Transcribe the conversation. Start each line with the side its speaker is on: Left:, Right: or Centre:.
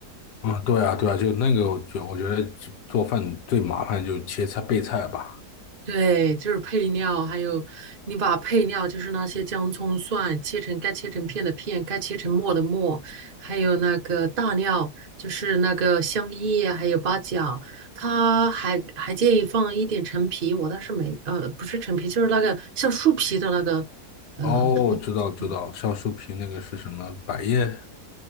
Left: 啊，对啊，对啊，就那个我觉我觉得做饭最麻烦就切菜备菜吧。
Right: 对，就是配料，还有你把配料，就是那些姜、葱、蒜切成该切成片的片，该切成末的末，还有那个大料，就是那个香叶，还有八角。他还还建议放一点陈皮，我倒是没，呃，不是陈皮，就是那个像树皮的那个，呃，
Left: 哦，
Right: 大
Left: 我知道知道，
Right: 嗯
Left: 像树皮那个是什么？百叶、